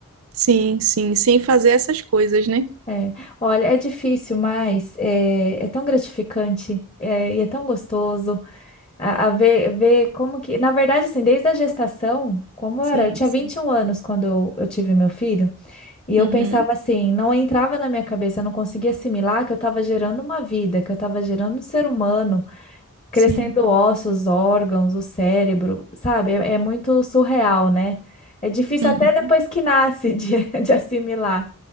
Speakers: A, on the right; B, on the left.
A: Sim, sim, sem fazer essas coisas, né?
B: É. Olha, é difícil, mas é, é tão gratificante, é, e é tão gostoso a, a ver, ver como que, na verdade, assim, desde a gestação, como era,
A: Sim,
B: eu tinha
A: sim.
B: vinte e um anos quando eu eu tive meu filho. E eu
A: Uhum,
B: pensava assim, não entrava na minha cabeça, eu não conseguia assimilar que eu estava gerando uma vida, que eu estava gerando um ser humano, crescendo
A: sim.
B: ossos, órgãos, o cérebro, sabe? É, é muito surreal, né? É difícil
A: Uhum.
B: até depois que nasce de, <laughs> de assimilar.